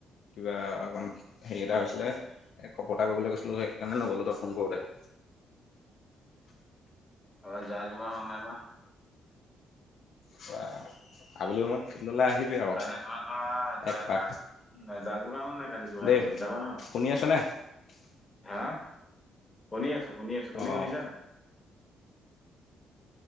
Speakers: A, on the left; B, on the left.
A: কিবা অকণ হেৰি এটা হৈছিলে কপতা কৰিবলৈ গৈছিলোঁ। সেইকাৰণে নগ'লো তই ফোন কৰোঁতে। <inaudible>
B: অ যা যোগাৰ হল নাই বাহ?
A: ৱাহ আবেলি সময়ত। ফিল্ডলৈ আহিবি আৰু
B: কাইলে যোৰহাট যোৱা
A: একপাক
B: যাই যাৰ যা যোগাৰ হ'ল নাই কাইলে যোৰহাট
A: দেই
B: যোৱা? যাবা ন?
A: শুনি <inaudible>
B: হা শুনি আছো শুনি আছো। তুমি
A: অঁ
B: শুনিছা নাই?